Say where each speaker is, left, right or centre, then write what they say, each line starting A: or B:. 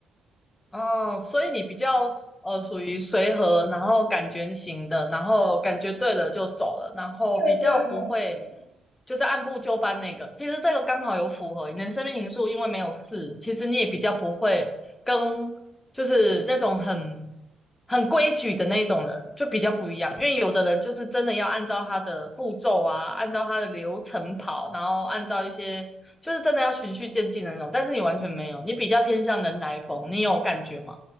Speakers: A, on the left; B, on the left.
A: 哦，所以你比较呃属于随和，然后感觉型的，然后感觉对了就走了，然后比较不会
B: 对对对对
A: 就是按部就班那个。其实这个刚好有符合你的生命灵数，因为没有事，其实你也比较不会跟就是那种很很规矩的那种人就比较不一样。因为有的人就是真的要按照他的步骤啊，按照他的流程跑，然后按照一些。就是真的要循序渐进的那种，但是你完全没有，你比较偏向人来疯，你有感觉吗？